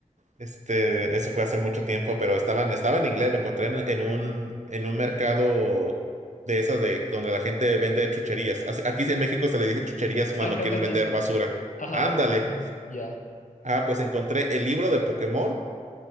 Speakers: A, on the right; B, on the left.
A: Este, eso fue hace mucho tiempo, pero estaban, estaba en inglés, lo encontré en, en un, en un mercado de esas de donde la gente vende chucherías. Así- Aquí en México se le dicen chucherías cuando
B: Acá
A: quieres
B: también.
A: vender basura.
B: Ajá,
A: Ándale.
B: acá también. Ya.
A: Ah, pues encontré el libro de Pokémon